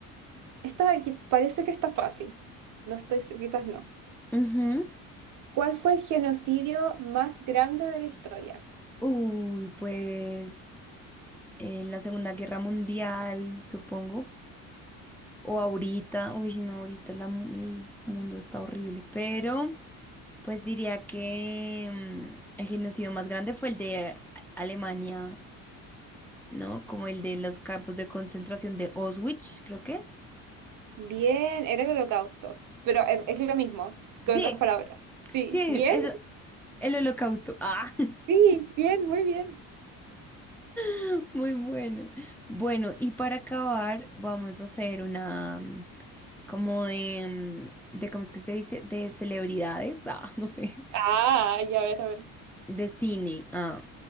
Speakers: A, on the right (about 60°); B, in the centre.
A: Esta aquí parece que está fácil, no estoy, se- quizás no.
B: Ujú.
A: ¿Cuál fue el genocidio más grande de la historia?
B: Uy, pues. en la Segunda Guerra Mundial, supongo, o ahorita, uy, no, ahorita la mu- el mundo está horrible, pero pues diría que mm, el genocidio más grande fue el de A- Alemania, ¿no? Como el de los campos de concentración de Auschwitz, creo que es.
A: Bien, era el Holocausto, pero es, es lo mismo, con
B: Sí,
A: otras palabras. Sí,
B: sí,
A: bien,
B: es el holocausto. Ah,
A: sí, bien, muy bien.
B: <laughs> muy bueno. Bueno, y para acabar, vamos a hacer una mm, como de, mm, de, ¿cómo es que se dice? De celebridades. Ah, <laughs> no sé.
A: Ah, ya, a ver, a ver.
B: De cine. Ah,